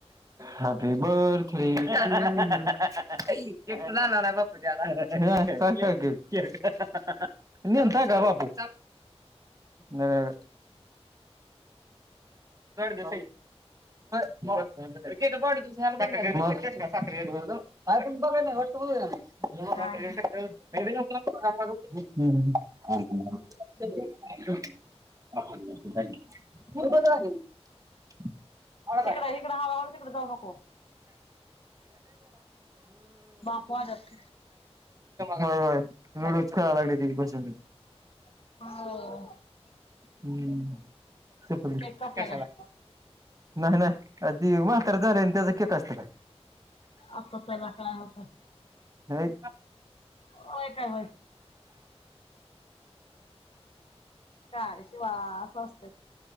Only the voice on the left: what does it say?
काय नाही
इकडं इकडं
हळूहळू तिकडे जाऊ नको बाप वाजत
हो.
केक कापला
काय
आता पेला काय होते
होय काय होय? काय शिवा असं अस